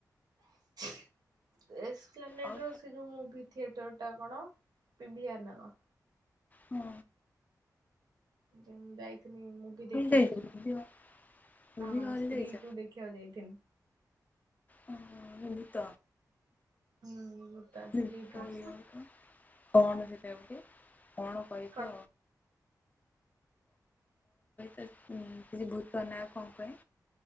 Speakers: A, on the right (about 75°); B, on the left (about 25°).
A: <unintelligible> ପ୍ୟାନେଟ
B: ଆଉ
A: ର ସେ ଯୋଉ ମୁଭି। ଥିଏଟରଟା କଣ ପିବିଆର୍ ନା କଣ?
B: ହୁଁ।
A: ଯେ ମୁ ଯାଇଥିଲି ମୁଁଭି ଦେଖିବାକୁ
B: ଯାଇଛ ମୁଭି ମୁଭି
A: ହଁ
B: ହଲ୍
A: ସ୍ତ୍ରୀ
B: ଯାଇଛ?
A: ଟୁ ଦେଖିବାକୁ ଯାଇଥିଲି।
B: ହଁ ଭୂତ
A: ହୁଁ ମୁ ତା
B: ଭୂତ
A: ସ୍ତ୍ରୀ ଟୁ।
B: ଇଏ କଣ କଣ କହିବ କଣ କହି
A: କଣ
B: ତ କିଛି ଭୂତ ନାଁ କୁ। କ ପାଇଁ।